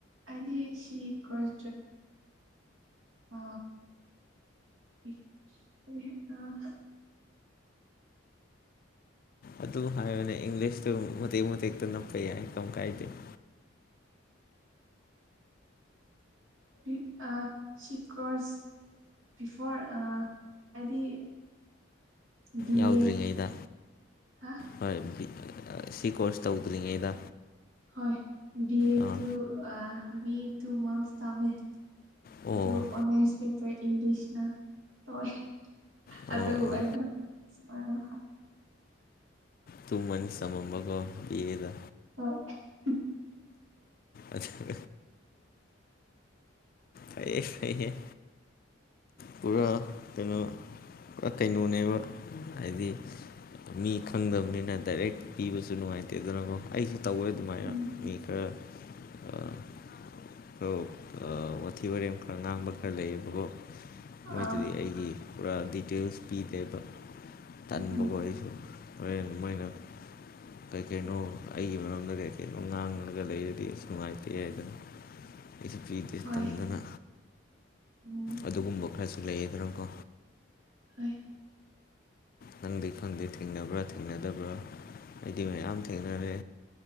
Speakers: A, on the right; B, on the left.
A: ꯑꯩꯗꯤ ꯁꯤ <unintelligible> ꯑ <unintelligible> ꯑꯥ
B: ꯑꯗꯨꯝ ꯍꯥꯏꯔꯅꯦ ꯏꯪꯂꯤꯁꯇꯨ ꯃꯇꯦꯛ ꯃꯇꯦꯛꯇ ꯅꯞꯄ ꯌꯥꯏ ꯀꯝ ꯀꯥꯏꯗꯦ <inaudible>
A: ꯏꯤ ꯑꯥ ꯁꯤ ꯀꯔꯣꯁ ꯕꯤꯐꯣꯔ ꯑꯥ ꯍꯥꯏꯗꯤ ꯕꯤ
B: ꯌꯥꯎꯗ꯭ꯔꯤꯉꯩꯗ
A: ꯑꯦ ꯍꯥ
B: ꯍꯣꯏ ꯃꯤ ꯑꯥ ꯁꯤ ꯀꯣꯔꯁ ꯇꯧꯗ꯭ꯔꯤꯉꯩꯗ
A: ꯍꯣꯏ ꯕꯤꯑꯠ
B: ꯑꯥ
A: ꯇꯨ ꯑꯥ ꯕꯤꯑꯠ ꯇꯨ ꯃꯁ ꯇꯝꯃꯦ
B: ꯑꯣ
A: ꯑꯗꯨ ꯑꯣꯅ꯭ꯔꯁ ꯄꯦꯄꯔ ꯏꯪꯂꯤꯁꯅ ꯇꯧꯋꯦ
B: ꯑꯣ
A: ꯑꯗꯨ
B: ꯑꯣ
A: ꯑꯩꯅ ꯁꯨꯃꯥꯏꯅ
B: ꯇꯨ ꯃꯟꯁ ꯇꯝꯃꯝꯕꯀꯣ ꯕꯤ ꯑꯦ ꯗ
A: ꯍꯣꯏ ꯍꯤ
B: ꯑꯗꯨ <unintelligible> ꯐꯩꯌꯦ ꯐꯩꯍꯦ ꯄꯨꯔꯥ ꯀꯩꯅꯣ ꯄꯨꯔꯥ ꯀꯩꯅꯣꯅꯦꯕ ꯍꯥꯏꯗꯤ ꯃꯤ ꯈꯪꯗꯕꯅꯤꯅ ꯗꯥꯏꯔꯦꯛ ꯄꯤꯕꯁꯨ ꯅꯨꯡꯉꯥꯏꯇꯦꯗꯅꯀꯣ ꯑꯩꯁꯨ ꯇꯧꯋꯦ ꯑꯗꯨꯃꯥꯏ
A: ꯎꯝ
B: ꯃꯤ ꯈꯔ ꯑꯥ ꯈꯔ ꯑꯥ ꯋꯥꯊꯤ ꯋꯥꯔꯦꯝ ꯈꯔ ꯉꯥꯡꯕ ꯈꯔ ꯂꯩꯌꯦꯕꯀꯣ ꯃꯣꯏꯗꯗꯤ
A: ꯑꯥ
B: ꯑꯩꯒꯤ ꯄꯨꯔꯥ ꯗꯤꯇꯦꯜꯁ ꯄꯤꯗꯦꯕ ꯇꯟꯕꯀꯣ
A: ꯎꯝ ꯎꯝ
B: ꯑꯩꯁꯨ ꯍꯣꯔꯦꯟ ꯃꯣꯏꯅ ꯀꯩ ꯀꯩꯅꯣ ꯑꯩꯒꯤ ꯃꯔꯝꯗ ꯀꯩ ꯀꯩꯅꯣ ꯉꯥꯡꯉꯒ ꯂꯩꯔꯗꯤ ꯑꯁ ꯅꯨꯡꯉꯥꯏꯇꯦ ꯍꯥꯏꯗꯅ ꯑꯩꯁꯨ ꯄꯤꯗꯦ
A: ꯍꯣꯏ
B: ꯇꯟꯗꯅ
A: ꯎꯝ
B: ꯑꯗꯨꯒꯨꯝꯕ ꯈꯔꯁꯨ ꯂꯩꯌꯦꯗꯅꯀꯣ
A: ꯍꯣꯏ
B: ꯅꯪꯗꯤ ꯈꯪꯗꯦ ꯊꯦꯡꯅꯕ꯭ꯔꯥ ꯊꯦꯡꯅꯗꯕ꯭ꯔꯥ ꯑꯩꯗꯤ ꯃꯌꯥꯝ ꯊꯦꯡꯅꯔꯦ